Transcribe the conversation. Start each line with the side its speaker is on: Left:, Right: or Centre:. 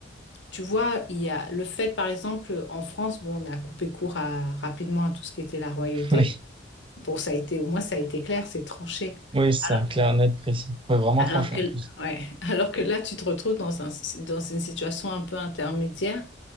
Left: tu vois, il y a le fait, par exemple, en France, bon, on a coupé court à- rapidement à tout ce qui était la royauté.
Right: <laughs>
Left: Bon, ça a été, au moins, ça a été clair, c'est tranché.
Right: Oui, oui, c'est
Left: Alors
Right: ça, clair,
Left: que,
Right: net, précis. Ouais, vraiment
Left: alors
Right: tranché
Left: que,
Right: en plus.
Left: ouais, <laughs> alors que là, tu te retrouves dans un, dans une situation un peu intermédiaire